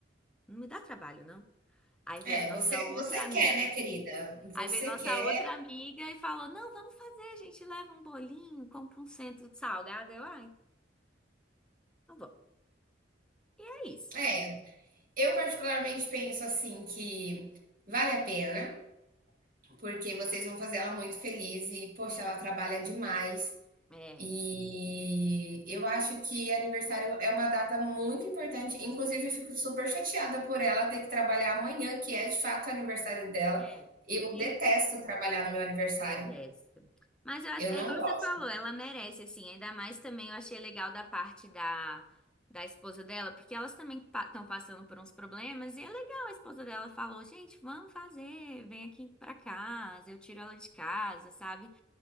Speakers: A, in the centre; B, on the right.
A: Não me dá trabalho, não. Aí veio
B: É,
A: nossa
B: você,
A: outra
B: você
A: amiga.
B: quer, né, querida? Você
A: Aí veio nossa
B: quer.
A: outra amiga e falou: Não, vamos fazer, a gente leva um bolinho, compra um centro de salgado. Eu, ai, não vou. É isso.
B: É, eu particularmente penso assim que vale a pena. porque vocês vão fazer ela muito feliz e, poxa, ela trabalha demais.
A: É,
B: E eu acho que aniversário é uma data muito importante. Inclusive, fico super chateada por ela ter que trabalhar amanhã, que é de fato o aniversário dela.
A: é.
B: Eu
A: E
B: detesto trabalhar no meu aniversário.
A: detesto. Mas eu acho,
B: Eu
A: é
B: não
A: igual
B: gosto.
A: você falou, ela merece, assim. Ainda mais também eu achei legal da parte da, da esposa dela, porque elas também estão passando por uns problemas. E é legal, a esposa dela falou: Gente, vamos fazer, vem aqui pra casa, eu tiro ela de casa, sabe?